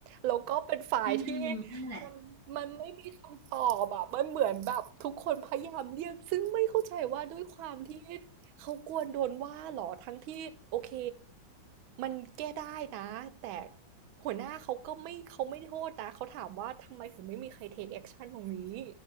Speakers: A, on the right; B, on the left.
A: แล้วก็เป็นฝ่ายที่
B: อืมนั่นแหละ
A: มันมันไม่มีคำตอบอะมันเหมือนแบบทุกคนพยายามเรียกซึ่งไม่เข้าใจว่าด้วยความที่เขากลัวโดนว่าเหรอทั้งที่โอเคมันแก้ได้นะแต่หัวหน้าเขาก็ไม่เขาไม่โทษนะเขาถามว่าทำไมถึงไม่มีใคร take action ตรงนี้